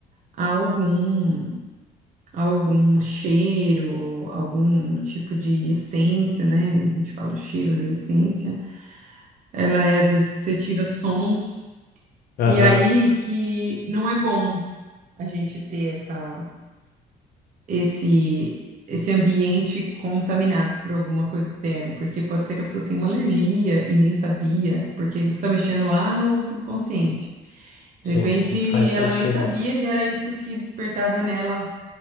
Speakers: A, on the right; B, on the left.
A: a algum, a algum cheiro, algum tipo de essência, né? A gente fala o cheiro, mas é essência. Ela é às vezes suscetível a sons
B: Aham,
A: e aí que não é bom a gente ter essa esse esse ambiente contaminado por alguma coisa externa, porque pode ser que a pessoa tenha uma alergia e nem sabia, porque você está mexendo lá no subconsciente.
B: Sim,
A: De repente,
B: sim, faz
A: ela
B: sentido.
A: nem sabia e era isso que despertava nela